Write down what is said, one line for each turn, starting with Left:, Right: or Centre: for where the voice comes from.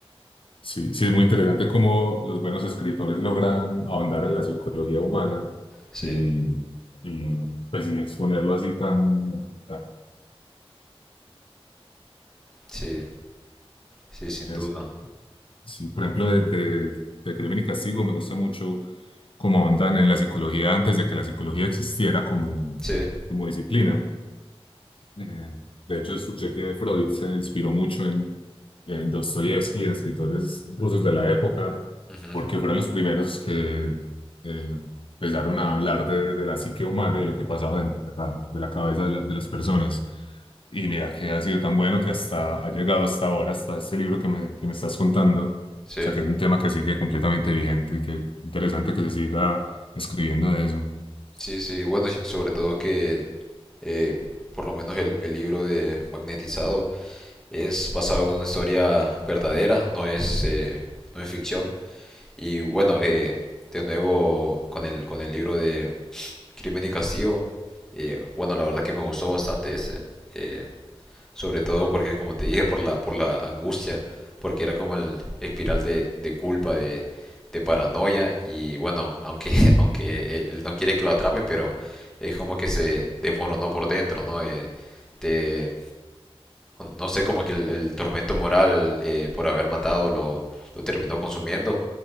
Left: Sí, sí, es muy interesante cómo los buenos escritores logran ahondar en la psicología humana
Centre: Sí,
Left: y, y, pues y exponerlo así tan... tan-
Centre: sí, sí, sin
Left: es-
Centre: duda.
Left: Sí, por ejemplo, de, de, de Crimen y Castigo me gusta mucho cómo ahondan en la psicología antes de que la psicología existiera como,
Centre: Sí,
Left: como disciplina. Eh, de hecho, escuché que Freud se inspiró mucho en, en Dostoyevsky, en escritores rusos de la época,
Centre: ujú,
Left: porque fueron los primeros que eh, empezaron a hablar de, de la psique humana y de lo que pasaba dentro de la, de la cabeza de, la- de las personas. Y mira que ha sido tan bueno que hasta ha llegado hasta ahora, hasta este libro que me, que me estás contando.
Centre: Sí,
Left: O sea, que es un tema que sigue completamente vigente y que interesante que se siga escribiendo de eso.
Centre: sí, sí, bueno, y sobre todo que eh, por lo menos el, el libro de Magnetizado Es basado en una historia verdadera, no es, eh, no es ficción. Y bueno, eh, de nuevo con el, con el libro de Crimen y Castigo, eh, bueno, la verdad que me gustó bastante ese. eh, sobre todo porque, como te dije, por la, por la angustia, porque era como el espiral de, de culpa, de, de paranoia. Y bueno, aunque, <laughs> aunque él, él no quiere que lo atrapen, pero es como que se desmoronó por dentro, ¿no? Eh, te, no sé, como que el, el tormento moral eh, por haber matado lo, lo terminó consumiendo.